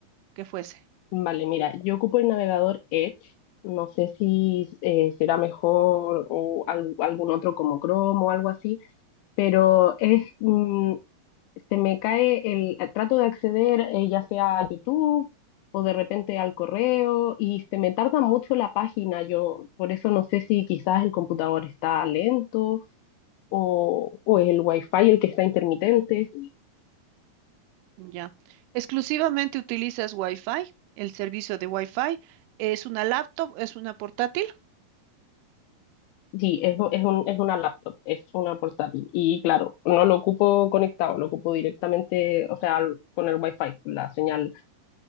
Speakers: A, on the right; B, on the left.
A: que fuese.
B: Vale, mira, yo ocupo el navegador Edge. No sé si eh, será mejor o al- algún otro como Chrome o algo así pero es, mm, se me cae el, eh, trato de acceder eh, ya sea a YouTube o de repente al correo y se me tarda mucho la página. Yo por eso no sé si quizás el computador está lento o, o es el wifi el que está intermitente.
A: Ya. Exclusivamente utilizas Wi-Fi, el servicio de Wi-Fi. Es una laptop, es una portátil.
B: Sí, es, es un, es una laptop, es una portátil. Y claro, no lo ocupo conectado, lo ocupo directamente, o sea, al- con el Wi-Fi, la señal